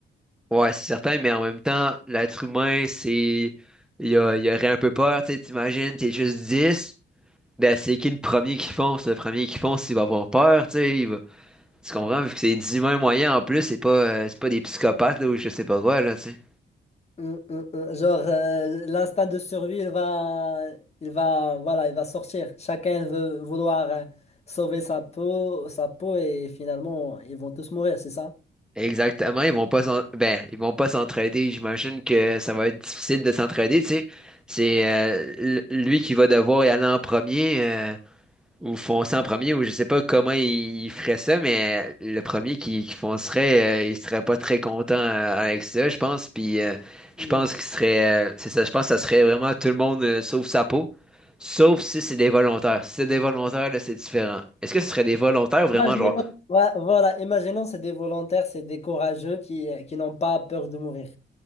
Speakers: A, in the centre; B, on the left.
A: Ouais, c'est certain, mais en même temps, l'être humain, c'est. Il y a, il y aurait un peu peur, tu sais, t'imagines, t'es juste dix ben c'est qui le premier qui fonce? Le premier qui fonce, il va avoir peur, tu sais, il va... Tu comprends? Vu que c'est 10 humains moyens en plus, c'est pas, euh, c'est pas des psychopathes, là, ou je sais pas quoi, là, tu sais.
B: Mm, mm, mm. Genre, euh, l'instinct de survie, il va, il va, voilà, il va sortir. Chacun il veut vouloir euh, sauver sa peau, sa peau, et finalement, ils vont tous mourir, c'est ça?
A: Exactement, ils vont pas s'en... ben, ils vont pas s'entraider, j'imagine que ça va être difficile de s'entraider, tu sais. C'est euh, l- lui qui va devoir y aller en premier, euh, ou foncer en premier, ou je sais pas comment ils ils feraient ça, mais le premier qui, qui foncerait, euh, il serait pas très content euh, avec ça, je pense. Puis euh, je
B: Mm.
A: pense qu'il serait, euh, c'est ça, je pense que ça serait vraiment tout le monde euh, sauf sa peau, sauf si c'est des volontaires. Si c'est des volontaires, là, c'est différent. Est-ce que ce serait des volontaires ou vraiment
B: Imaginons-
A: genre,
B: ouais, voilà, imaginons c'est des volontaires, c'est des courageux qui, euh, qui n'ont pas peur de mourir.